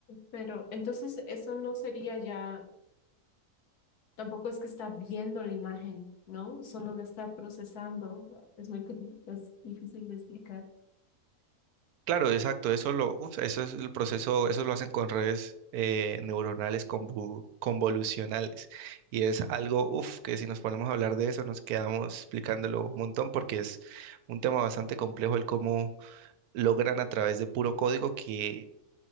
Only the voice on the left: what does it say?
pero entonces eso no sería ya, tampoco es que está viendo la imagen, ¿no? Solo la está procesando. Es muy, <laughs> com- es difícil de explicar.